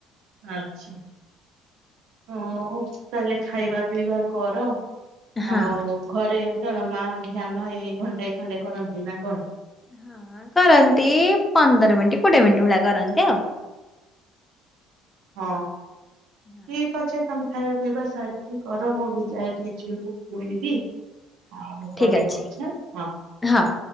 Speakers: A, on the right; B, on the left.
A: ଆଚ୍ଛା। ହଉ ତାହେଲେ ଖାଇବା ପିଇବା କର
B: ହଁ।
A: ଆଉ ଘରେ ଏଇ ତମ ମା ଧ୍ୟାନ ଏଇ ଘଣ୍ଟା ଏ ଖଣ୍ଡେ କରନ୍ତି ନା କଣ।
B: ହଁ କରନ୍ତି ପନ୍ଦର ମିନିଟ କୋଡିଏ ମିନିଟ୍ ଭଳିଆ କରନ୍ତି ଆଉ
A: ହଁ
B: ହଁ
A: ଠିକ ଅଛେ ତମେ ଖାଇବା ପିଇବା ସାରିକି କର ମୁଁ ବି ଯାଇ ଟିକେ ଝିଅକୁ ଖୁଇବି ହଁ ମୁ
B: ଠିକ
A: ପରେ
B: ଅଛି
A: କରୁଛି ହାଁ
B: ହଁ